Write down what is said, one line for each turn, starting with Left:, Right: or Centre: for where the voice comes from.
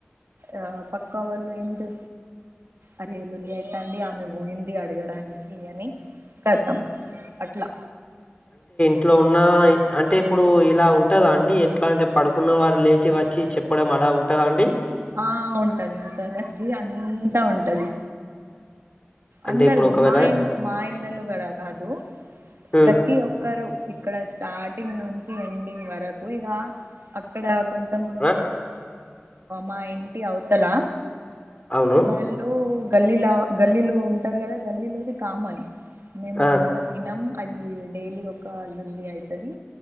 Right: ఆ పక్కా వాళ్ళు ఏంటి ఆరే లొల్లి అయ్యింది ఆమె పోయింది అడగడానికి అని కతం అట్లా
Left: ఇట్లో ఉన్న అంటే ఇప్పుడు ఇలా ఉంటద అండి ఇంట్లా అంటే పడుకున్న వారు లేచి వచ్చి చెప్పడ అ ఆలా ఉంటుద అండి
Right: ఆ ఉంటది ఉంటది అండి అంతా ఉంటది
Left: అంటే
Right: అందరు
Left: ఇప్పుడు ఒకవేళ
Right: మా ఇ మా ఏళ్లలో గాడ కాదు
Left: హ్మ్.
Right: ప్రతి ఒక్కరు ఇక్కడ స్టార్టింగ్ నుంచి ఎండింగ్ వరకు ఇలా అక్కడ కొంచెం
Left: ఆ!
Right: మా ఇంటి అవతలా
Left: అవును
Right: వాళ్ళు గల్లీల గల్లీలు ఉంటారు కదా గల్లీలోది కామన్ మేము
Left: ఆ
Right: అంత విినం అది డైలీ ఒక లొల్లి అవుతుది